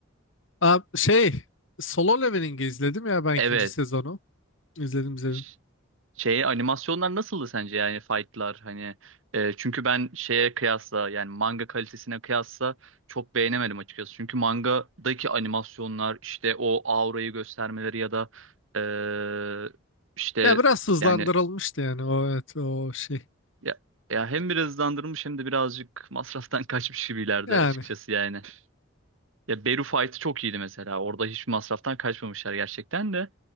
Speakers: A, on the left; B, on the right.
A: Aa, şey, Solo Leveling'i izledim ya ben ikinci
B: Evet.
A: sezonu. İzledim izledim.
B: Ş- Şey animasyonlar nasıldı sence yani fight'lar hani e, çünkü ben şeye kıyasla yani manga kalitesine kıyasla çok beğenemedim açıkçası. Çünkü mangadaki animasyonlar işte o aurayı göstermeleri ya da e, işte
A: Ya biraz hızlandırılmıştı
B: yani
A: yani o evet o şey.
B: Ya, ya hem biraz hızlandırmış hem de birazcık masraftan <laughs> kaçmış gibilerdi
A: Yani
B: açıkçası yani. Ya Beru Fight'ı çok iyiydi mesela. Orada hiçbir masraftan kaçmamışlar gerçekten de.